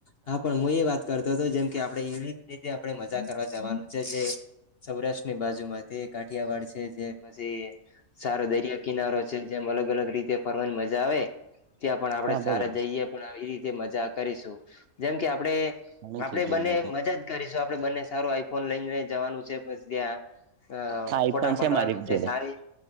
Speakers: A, on the left; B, on the right.
A: હા પણ હું એ વાત કરતો હતો જેમ વિવિધ રીતે આપણે મજા કરવા જવાનું છે જે સૌરાષ્ટ્રની બાજુ માંથી કાઠિયાવાડ છે જે પછી, સારો દરિયા કિનારો જેમ અલગ અલગ રીતે ફરવાની મજા આવે ત્યાં પણ આપડે
B: હા
A: સારા
B: બરોબર
A: જઈએ પણ આવી રીતે મજા કરીશું જેમ કે આપણે
B: ઘણી
A: આપડે
B: જગ્યા
A: બંને મજા જ કરીશું આપડે બંને સારો ફોન લઈ જવાનું છે બસ ત્યાં અ
B: હા એ
A: ફોટા
B: પણ
A: પાડવાના
B: મારી
A: છે
B: જોડે
A: સારી